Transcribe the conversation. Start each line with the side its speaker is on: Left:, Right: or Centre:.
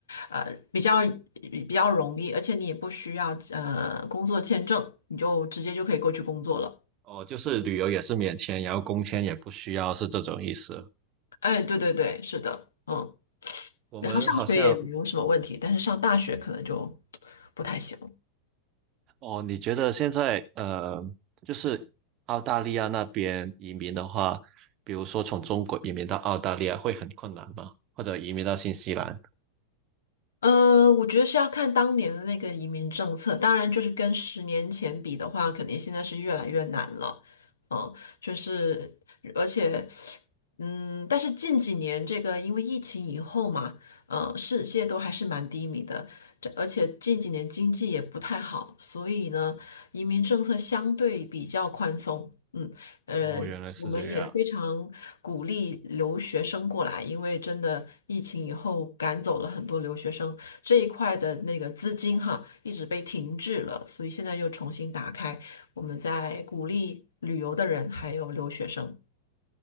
Left: 呃比较比较容易，而且你也不需要呃工作签证，你就直接就可以过去工作了。
Right: 哦，就是旅游也是免签，然后工签也不需要，是这种意思。
Left: 哎，对对对，是的，嗯，
Right: 我们好像，
Left: 然后上学也没有什么问题，但是上大学可能就不太行。
Right: 哦，你觉得现在呃，就是澳大利亚那边移民的话，比如说从中国移民到澳大利亚会很困难吗？或者移民到新西兰？
Left: 呃，我觉得是要看当年的那个移民政策，当然就是跟十年前比的话，肯定现在是越来越难了。嗯，就是而且，嗯，但是近几年这个因为疫情以后嘛，嗯，世界都还是蛮低迷的，这而且近几年经济也不太好，所以呢，移民政策相对比较宽松。嗯。呃，
Right: 哦，原来是这样。
Left: 我们也非常鼓励留学生过来，因为真的疫情以后赶走了很多留学生，这一块的那个资金哈一直被停滞了，所以现在又重新打开，我们在鼓励旅游的人还有留学生。<laughs>